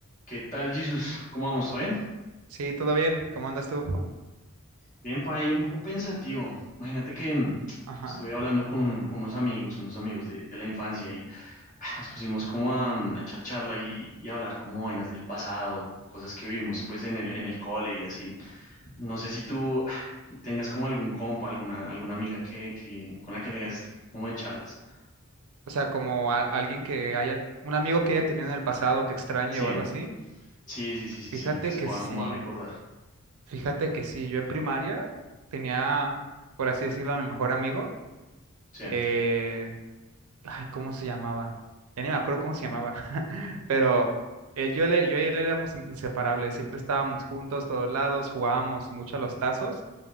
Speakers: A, on the left (about 35°); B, on the right (about 75°).
A: ¿Qué tal, Jesús? ¿Cómo vamos? ¿Todo bien?
B: Sí, todo bien. ¿Cómo andas tú?
A: Bien, pa, ahí un poco pensativo. Imagínate que mm,
B: Ajá.
A: estuve hablando con, con unos amigos, unos amigos de, de la infancia y ah, nos pusimos como a, mm, a echar charla y, y hablar como vainas del pasado, cosas que vivimos pues en el, en el cole y así. No sé si tú ah, tengas como algún compa, alguna, alguna amiga que, que, con la que tengas este tipo como de charlas.
B: O sea, como a- alguien que haya, un amigo que haya tenido en el pasado que extrañe
A: Sí,
B: o algo así.
A: sí, sí, sí, sí,
B: Fíjate
A: sí, que se
B: que
A: ponga
B: sí,
A: como a recordar.
B: fíjate que sí. Yo en primaria tenía, por así decirlo, a mi mejor amigo.
A: Sí,
B: Eh, ay, ¿cómo se llamaba? Ya ni me acuerdo cómo se llamaba. <laughs> Pero él, yo, le- yo y él éramos in- inseparables. Siempre estábamos juntos, todos lados, jugábamos mucho a los tazos.